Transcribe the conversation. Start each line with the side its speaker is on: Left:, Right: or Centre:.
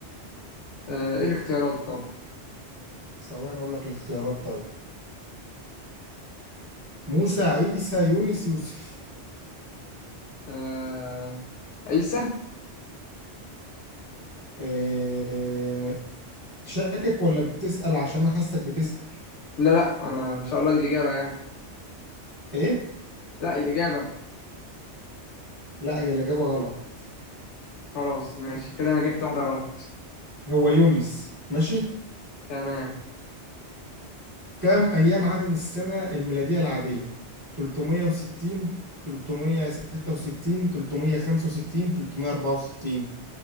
Left: آه ايه الاختيارات طب
Right: ثواني اقول لك الاختيارات طيب موسى عيسى يونس يوسف
Left: آه عيسى
Right: آه، شاكك ولا بتسأل عشان انا حاسك بتسأل
Left: لا لا انا ان شاء الله دي الاجابه يعني
Right: ايه
Left: لا الاجابه
Right: لا هي الإجابة غلط
Left: خلاص ماشي كده انا جبت واحده غلط
Right: هو يونس ماشي
Left: تمام
Right: كم أيام عدد السنة الميلادية العادية 360 366 365 364